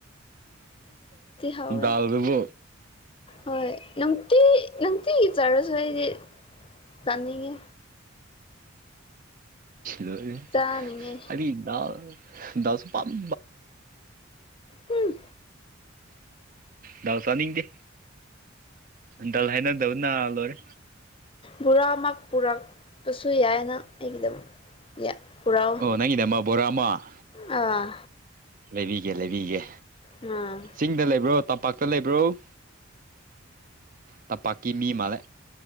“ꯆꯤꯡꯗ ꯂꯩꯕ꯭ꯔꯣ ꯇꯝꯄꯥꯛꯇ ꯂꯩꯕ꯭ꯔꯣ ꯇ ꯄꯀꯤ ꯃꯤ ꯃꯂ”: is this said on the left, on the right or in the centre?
Right